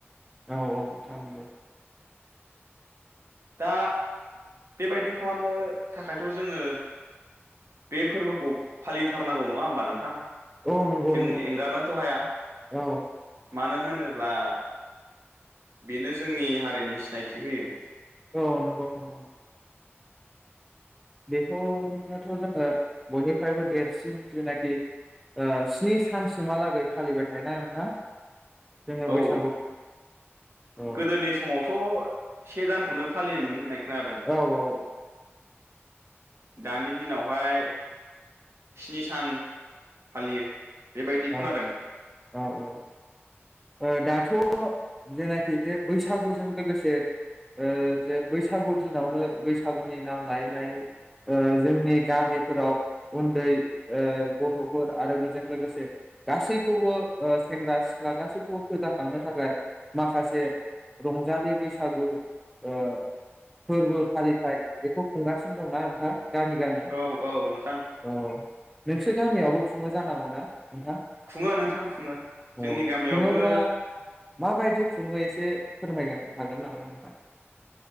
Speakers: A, in the centre; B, on the right (about 70°).
A: औ औ नोंथां
B: दा बेबायदि खालामनो थाखायथ' जोङो बे फोरबोखौ फालिथारनांगौ नङा होमबा नोंथां
A: औ नंगौ
B: जों
A: नंगौ
B: एंगारनोथ' हाया
A: औ
B: मानो होनोब्ला बेनो जोंनि हारिनि सिनायथि होयो
A: औ नंगौ नंगौ बेखौनोथ' जोङो बयनिफ्रायबो देरसिन जेनाखि ओ स्नि सानसिमहालागै फालिबाय थायोना नोंथां जोङो
B: औ
A: बैसागुखौ औ
B: गोदोनि समावथ' से दानखौनो फालिमोन होननाय खोनादों
A: औ औ औ
B: दानि दिनावहाय स्नि सान फालियो बेबायदि
A: औ
B: खोनादों
A: औ औ ओ दाथ' जेनाखि बे बैसागुजों लोगोसे ओ जे बैसागु दिनावनो बैसागुनि नां नायलाय ओ जोंनि गामिफोराव उन्दै ओ गथ'फोर आरो बेजों लोगोसे गासैखौबो ओ सेंग्रा सिख्ला गासैखौबो फोजाखांनो थाखाय माखासे रंजालि बैसागु ओ फोरबो फालिथाय बेखौ खुंगासिनो दंना नोंथां गामि गामि
B: औ औ नोंथां
A: औ नोंसोर गामियावबो खुङो जानांगौ ना नोंथा
B: खुङो नोंथां खुङो जोंनि
A: औ
B: गामियावबो
A: खुङोब्ला माबायदि खुङो एसे फोरमायनो हागोन नामा नोंथां